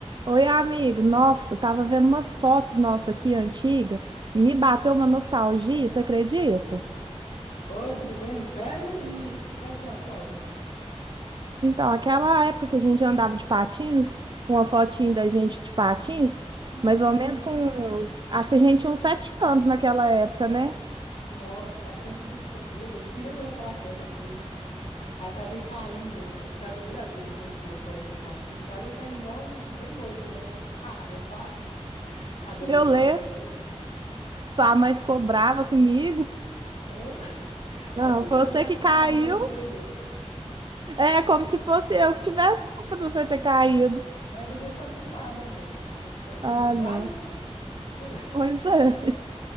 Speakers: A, on the right; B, on the left.
A: Oi, amigo. Nossa, eu tava vendo umas fotos nossa aqui antiga. Me bateu uma nostalgia, você acredita?
B: Oi, tudo bem? Sério? E quais são as fotos?
A: Então, aquela época que a gente andava de patins, uma fotinha da gente de patins,
B: Ah,
A: mais ou menos
B: nossa.
A: com uns, acho que a gente tinha uns sete anos naquela época, né?
B: Nossa, faz tanto tempo, meu Deus. E lembra daquela queda que <laughs> que eu acabei caindo? Foi a primeira vez, né, que eu coloquei o patins. Aí eu saí igual meu louco, né? Ah, é fácil. <laughs> Acabei
A: Eu
B: levando
A: lembro,
B: uma queda.
A: sua mãe ficou brava comigo.
B: Oh, <laughs>
A: Não,
B: aí eu fiquei
A: foi
B: todo
A: você
B: machucado,
A: que caiu.
B: meu joelho.
A: É como se fosse eu que tivesse culpa de você ter
B: Ué,
A: caído.
B: mas você foi a culpada, pô. Você, foi- você
A: Ah,
B: disse, vai?
A: não.
B: Pô, <laughs>
A: Pois é.